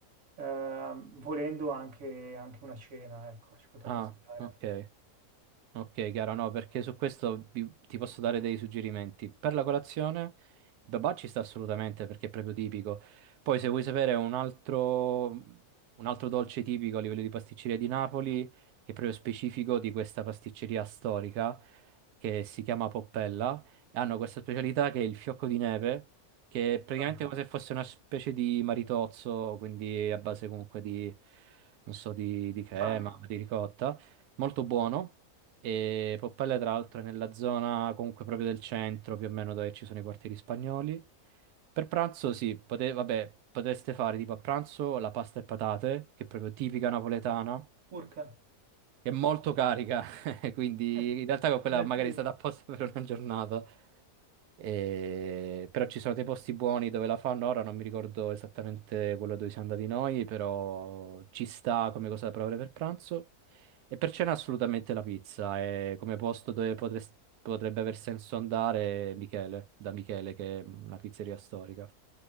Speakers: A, on the right; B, on the right.
A: eh, volendo anche, anche una cena, ecco, ci potrebbe
B: Ah,
A: stare.
B: ok. Ok, chiaro, no, perché su questo vi- ti posso dare dei suggerimenti. Per la colazione, il babà ci sta assolutamente perché è proprio tipico. Poi, se vuoi sapere un altro, un altro dolce tipico a livello di pasticceria di Napoli, che è proprio specifico di questa pasticceria storica, che si chiama Poppella, e hanno questa specialità che è il fiocco di neve, che è praticamente
A: Ah,
B: come se fosse una specie di maritozzo, quindi a base comunque di, non so, di di crema,
A: panna,
B: di ricotta molto buono. E Poppelle, tra l'altro, è nella zona comunque proprio del centro, più o meno dove ci sono i quartieri spagnoli. Per pranzo, sì, pote- vabbè, potreste fare tipo a pranzo la pasta e patate, che è proprio tipica napoletana,
A: urca,
B: è molto carica, <laughs> quindi
A: eh,
B: in realtà con quella
A: impegnativo.
B: magari è stata apposta per una giornata. E- Però ci sono dei posti buoni dove la fanno, ora non mi ricordo esattamente quello dove siamo andati noi, però ci sta come cosa da provare per pranzo. E per cena assolutamente la pizza, è come posto dove potres- potrebbe aver senso andare Michele, da Michele, che è una pizzeria storica.